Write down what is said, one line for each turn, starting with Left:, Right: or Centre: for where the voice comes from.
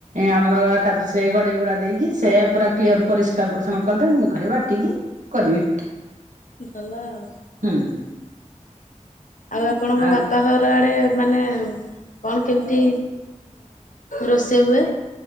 Right: ଆମର ଏକାଦଶୀ ସେ ଗଡେଇ ଗୁଡା ଦେଇକି ସେ ପୁରା କ୍ଲିୟର ପରିଷ୍କାର ପରିଚ୍ଛନ କରିଦେଵେ ମୁଁ ଖାଲି ବାଟିକି କରିବେ।
Left: ହଲା ଆଉ।
Right: ତେଇଁ।
Left: ଆଉ ଆପଣଙ୍କ
Right: ଆଉ
Left: ବାପା ଘର ଆଡେ ମାନେ କଣ କେମତି ରୋଷେଇ ହୁଏ?